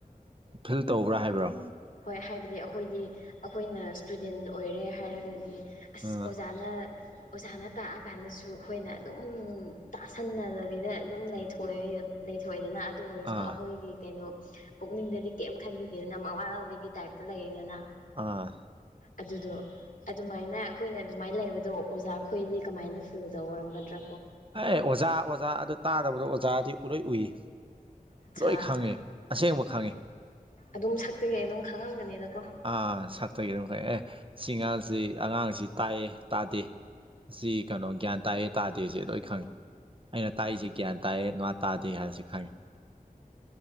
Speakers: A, on the right; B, on the left.
A: ꯐꯤꯜ ꯇꯧꯕ꯭ꯔꯥ ꯍꯥꯏꯕ꯭ꯔꯣ
B: ꯍꯣꯏ ꯍꯥꯏꯕꯗꯤ ꯑꯈꯣꯏꯗꯤ ꯑꯈꯣꯏꯅ ꯏꯁꯇꯨꯗꯦꯟ ꯑꯣꯏꯔꯦ ꯍꯥꯏꯔꯒꯗꯤ ꯑꯁ
A: ꯑꯥ
B: ꯑꯣꯖꯥꯅ ꯑꯣꯖꯥꯅ ꯇꯥꯛꯑꯀꯥꯟꯗꯁꯨ ꯑꯈꯣꯏꯅ ꯑꯗꯨꯝ ꯇꯥꯁꯟꯅꯗꯕꯤꯗ ꯑꯗꯨꯝ ꯂꯩꯊꯣꯛꯑꯦ ꯂꯩꯊꯣꯛꯑꯦꯗꯅ ꯑꯗꯨ ꯑꯣꯏꯔꯁꯨ
A: ꯑꯥ
B: ꯑꯈꯣꯏꯒꯤ ꯀꯩꯅꯣ ꯄꯨꯛꯅꯤꯡꯗꯗꯤ ꯀꯦꯝ ꯈꯟꯕꯤꯗꯦꯗꯅ ꯃꯋꯥ ꯂꯧ ꯗꯦꯒꯤ ꯇꯥꯏꯞꯇ ꯂꯩꯌꯦꯗꯅ
A: ꯑꯥ
B: ꯑꯗꯨꯗꯣ ꯑꯗꯨꯃꯥꯏꯅ ꯑꯈꯣꯏꯅ ꯗꯨꯃꯥꯏꯅ ꯂꯩꯕꯗꯣ ꯑꯣꯖꯥ ꯈꯣꯏꯗꯤ ꯀꯃꯥꯏꯅ ꯐꯤꯜ ꯇꯧꯔꯝꯒꯗ꯭ꯔꯥ
A: ꯑꯥꯏ ꯑꯣꯖꯥ ꯑꯣꯖꯥ ꯑꯗꯨ ꯇꯥꯗꯕꯗꯣ ꯑꯣꯖꯥꯗꯤ ꯂꯣꯏ ꯎꯏꯌꯦ
B: ꯑꯠꯁꯥ
A: ꯂꯣꯏ ꯈꯪꯉꯦ ꯑꯁꯦꯡꯕ ꯈꯪꯉꯦ
B: ꯑꯗꯨꯝ ꯁꯛꯇꯒꯤ ꯑꯗꯨꯝ ꯈꯪꯉꯝꯒꯅꯤꯗꯀꯣ
A: ꯑꯥ ꯁꯛꯇꯒꯤ ꯑꯗꯨꯝ ꯈꯪꯑꯦ ꯑꯦ ꯁꯤ ꯑꯉꯥꯡꯁꯤ ꯑꯉꯥꯡꯁꯤ ꯇꯥꯏꯌꯦ ꯇꯥꯗꯦ ꯁꯤ ꯀꯩꯅꯣ ꯒ꯭ꯌꯥꯟ ꯇꯥꯑꯦ ꯇꯥꯗꯦꯁꯦ ꯂꯣꯏ ꯈꯪꯉꯤ ꯑꯩꯅ ꯇꯥꯛꯏꯁꯦ
B: ꯎꯝ
A: ꯒ꯭ꯌꯥꯟ ꯇꯥꯏꯑꯌꯦ ꯃꯥ ꯇꯥꯗꯦ ꯍꯥꯏꯕꯁꯤ ꯈꯪꯉꯤ